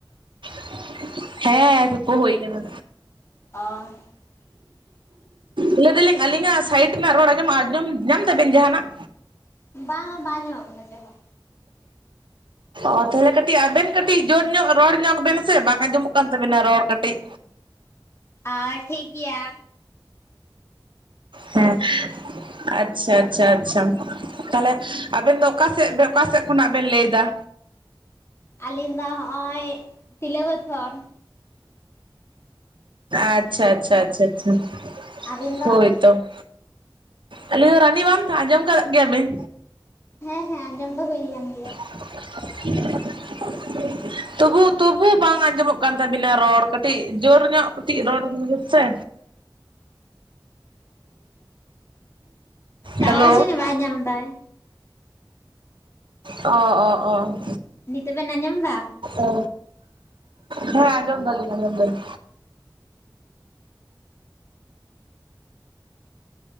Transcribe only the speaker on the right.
<unintelligible> ᱦᱮᱸ ᱛᱩᱯᱚ ᱦᱩᱭ ᱠᱟᱱᱟ
ᱞᱟᱹᱭ ᱮᱫᱟᱞᱤᱧ ᱟᱹᱞᱤᱧᱟᱜ ᱥᱟᱭᱤᱰ ᱨᱮᱱᱟᱜ ᱨᱚᱲ ᱟᱸᱡᱚᱢ ᱟᱸᱡᱚᱢ ᱧᱟᱢ ᱮᱫᱟᱵᱮᱱ ᱡᱟᱦᱟᱱᱟᱜ
ᱚ ᱛᱟᱦᱚᱞᱮ ᱠᱟᱹᱴᱤᱡ ᱟᱵᱮᱱ ᱠᱟᱹᱴᱤᱡ ᱡᱳᱨ ᱧᱚᱜ ᱨᱚᱲ ᱧᱚᱜ ᱵᱮᱱ ᱥᱮ ᱵᱟᱝ ᱟᱸᱡᱚᱢᱚᱜ ᱠᱟᱱ ᱛᱟᱵᱮᱱᱟ ᱨᱚᱲ ᱠᱟᱹᱴᱤᱡ
ᱦᱮᱸ ᱟᱪᱪᱷᱟ ᱟᱪᱪᱷᱟ ᱟᱪᱪᱷᱟ ᱛᱟᱦᱞᱮ ᱟᱵᱮᱱ ᱫᱚ ᱚᱠᱟᱥᱮᱫ ᱚᱠᱟᱥᱮᱫ ᱠᱷᱚᱱᱟᱜ ᱵᱮᱱ ᱞᱟᱹᱭ ᱮᱫᱟ
ᱟᱪᱪᱷᱟ ᱟᱪᱪᱷᱟ ᱟᱪᱪᱷᱟ ᱟᱪᱪᱷᱟ
ᱦᱳᱭ ᱛᱚ ᱟᱹᱞᱤᱧ ᱫᱚ ᱨᱟᱱᱤᱵᱟᱸᱫᱷ ᱟᱸᱡᱚᱢ ᱠᱟᱜ ᱜᱮᱭᱟᱵᱤᱱ
<unintelligible> ᱛᱚᱵᱩ ᱛᱚᱵᱩ ᱵᱟᱝ ᱟᱸᱡᱚᱢᱚᱜ ᱠᱟᱱ ᱛᱟᱵᱤᱱᱟ ᱨᱚᱲ ᱠᱟᱹᱴᱤᱡ ᱡᱳᱨ ᱧᱚᱜ ᱠᱟᱴᱤᱡ ᱨᱚᱲ ᱵᱤᱱ ᱥᱮ
ᱦᱮᱞᱳ
<unintelligible>
ᱚ ᱚ
ᱚ ᱦᱮᱸ ᱟᱸᱡᱚᱢᱫᱟ ᱞᱤᱧ ᱟᱸᱡᱚᱢᱫᱟ ᱞᱤᱧ